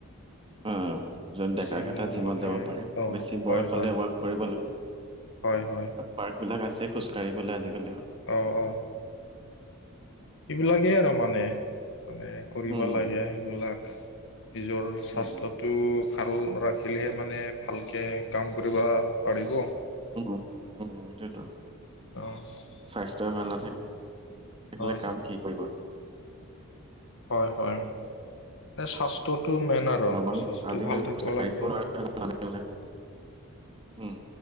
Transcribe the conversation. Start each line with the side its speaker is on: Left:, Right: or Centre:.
Right: অ', যোন ডেকাকেটা
Left: জিমো
Right: জিমত
Left: মানে
Right: যাব পাৰে,
Left: অ
Right: বেছি
Left: হয়
Right: বয়স হ'লে
Left: হয়
Right: ৱৰ্ক কৰিব লাগে।
Left: হয়, হয়।
Right: পাৰ্কবিলাক আছে, খোজ কাঢ়িবলৈ আজিকালি।
Left: অ', অ'। সিবিলাকেই আৰু মানে, মানে কৰিব
Right: উম
Left: লাগে সেইবিলাক নিজৰ স্বাস্থ্যটো
Right: উম উম
Left: ভাল ৰাখিলেহে মানে ভালকে কাম কৰিব পাৰিব।
Right: উম, উম, এইটোয়েটো
Left: অ'।
Right: স্বাস্থ্যই ভাল নাথাকিলে
Left: হয়
Right: কাম কি কৰিব।
Left: হয়, হয়। মানে স্বাস্থ্যটো মেইন আৰু
Right: অলপমান
Left: স্বাস্থ্যটো
Right: আজিকালি
Left: ভাল থাকিব
Right: খোজ কাঢ়িব
Left: লাগব।
Right: নোৱাৰা হৈ গ'ল মানুহবিলাক উম